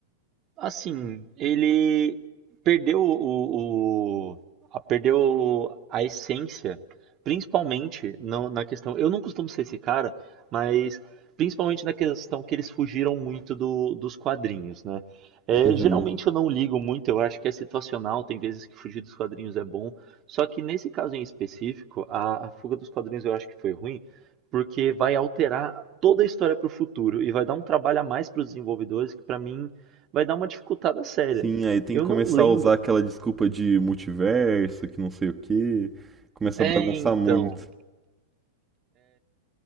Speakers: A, on the right (about 35°); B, on the right (about 20°).
A: Assim, ele perdeu o, o- a, perdeu a essência, principalmente no- na questão. Eu não costumo ser esse cara, mas principalmente na questão que eles fugiram muito do- dos quadrinhos, né? É,
B: Uhum.
A: geralmente eu não ligo muito, eu acho que é situacional, tem vezes que fugir dos quadrinhos é bom. Só que nesse caso em específico, a, a fuga dos quadrinhos eu acho que foi ruim, porque vai alterar toda a história para o futuro e vai dar um trabalho a mais para os desenvolvedores que para mim vai dar uma dificultada séria.
B: Sim, aí tem
A: Eu
B: que começar
A: não lembro.
B: a usar aquela desculpa de multiverso, que não sei o quê. Começa
A: É,
B: a bagunçar
A: então.
B: muito.